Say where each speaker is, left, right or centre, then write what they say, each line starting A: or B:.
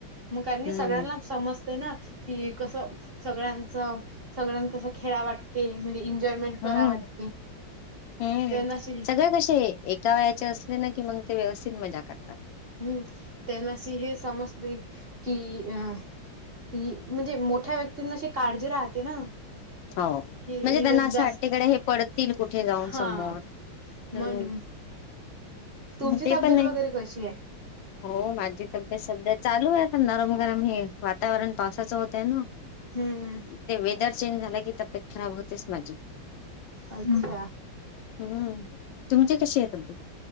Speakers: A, on the right; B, on the left.
A: मग काय म्हणी
B: हम्म
A: सगळ्यांना समजते ना की कसं सगळ्यां सगळ्यांना कस खेळा वाटते? म्हणजे. एन्जॉयमेंट करा
B: हम्म
A: वाटते
B: हम्म
A: त्यांनाशी
B: सगळे कसे एका वयाचे असले ना. कि मग ते व्यवस्थित मजा करतात.
A: हम्म त्यांनासी हे समजते की अ ही म्हणजे मोठ्या व्यक्तींना अशी काळजी राहते ना.
B: हो
A: कि
B: म्हणजे
A: हे
B: त्यांना असं
A: जास्त
B: वाटतेकडे हे पडतील कुठे जाऊन
A: हा
B: समोर.
A: म्हणून.
B: हम्म
A: तुमची
B: ते
A: तब्येत
B: पण नाही.
A: वगैरे कशी हाय?
B: हो माझी तब्येत सध्या चालू आहे का नरम गरम हे वातावरण पावसाचं होतय न.
A: हम्म
B: ते वेदर चेंज झाल कि तब्येत खराब होतेच माझी.
A: अच्छा
B: हम्म तुमची कशी आहे तबीयत?